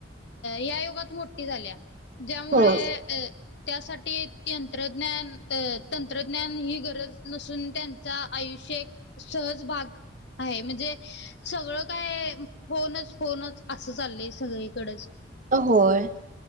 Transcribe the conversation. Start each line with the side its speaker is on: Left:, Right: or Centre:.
Left: या युगात मोठी झाल्या ज्यामुळे
Right: हो
Left: त्यासाठी तंत्रज्ञान तंत्रज्ञान ही गरज नसून त्यां आयुष्य सहज भाग आहे म्हणजे सगळं काय फोनच फोनच असं चाललंय सगळीकडेच.
Right: अ होय.